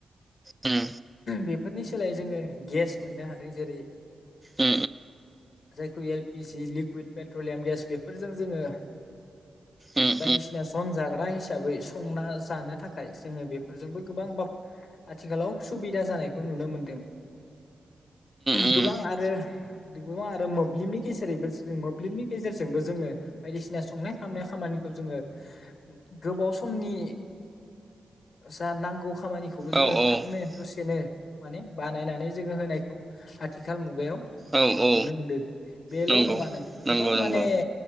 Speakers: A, on the right (about 15°); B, on the left (about 70°).
A: उम
B: बेफोरनि सोलायै जोङो गेस मोननो हाद दै जेरै
A: उम
B: जायखौ L P G liquid petroleum gas बेफोरजों जोङो
A: उम उम
B: बायदिसिना जन जाग्रा हिसाबै संना जानो थाखाय जोङो बेफोरजोंबो गोबां बाब आथिखालाव सुबिदा जानायखौ नुनो मोनदों।
A: उम
B: गोबां आरो गोबां आरो मोब्लिबनि गेजेरैबो मोब्लिबनि गेजेरजोंबो जोङो बायदिसिना संनाय खाबनाय खामानिखौ जोङो गोबाव समनि जा नांगौ खामानिखौबो जोङो
A: औ औ
B: थाबनो दसेनो माने बानायनानै जोङो होनायखौ आथिखाल मुगायाव
A: औ औ
B: नुनो मोनदो बेल'
A: नंगौ
B: नङा नोंथां गोबां
A: नंगौ नंगौ
B: माने